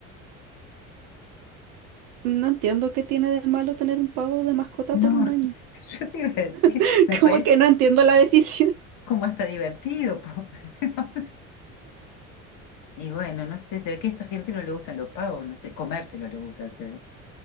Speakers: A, on the right; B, on the left.
A: no entiendo qué tiene de malo tener un pavo de mascota
B: No,
A: por un año.
B: <laughs> yo te iba a decir,
A: <laughs>
B: me parece
A: Como que no entiendo la decisión.
B: como hasta divertido. po. <laughs> Y bueno, no sé, se ve que a esta gente no le gustan los pavos, no sé, comérselo le gustan, se ve.